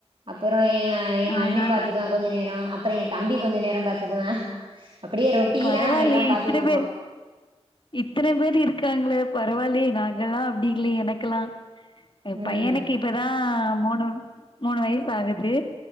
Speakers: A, on the right; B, on the left.
A: அப்பறோ ஏ அ எங்க
B: ஆஹா
A: அண்ணே பாத்துக்குவா கொஞ்ச நேரோ அப் அப்பற எ தம்பி கொஞ்ச நேர பாத்துக்குவா அப்டியே ரொட்டீனா
B: பரவால்லயே
A: நாங்க எல்லா பாத்துட்டு
B: இத்தன
A: இருக்கோ
B: பேர் இத்தன பேர் இருக்காங்ளே பரவால்யே நாங்கல்லா அப்டி இல்ல எனக்லா ஏ
A: ம்
B: பையனுக்கு இப்பதா மூணு மூணு வயசு ஆகுது